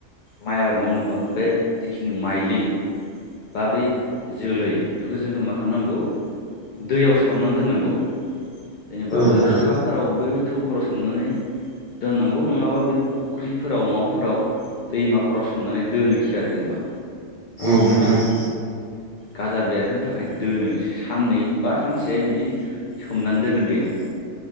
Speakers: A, on the left (about 60°); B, on the left (about 45°).
A: माइ आबाद मावनोबा बे जिखिनि माइलि बा बै जोलै बेखौ जोङो मा खालाम नांगौ दैयाव सोमनानै दोननांगौ जेनेबा
B: औ नोंथां
A: बस्थाफोराव दो थौफोराव सोमनानै दोननांगौ नङाबा बे फुख्रिफोराव माबा फोराव दैमाफोराव सोमनानै दोनो खियो आरो होनबा
B: औ नोंथां औ।
A: गाजा बेरहोनो थाखाय दोनो साननै बा सानसे बिदि सोमनानै दोनो दैयाव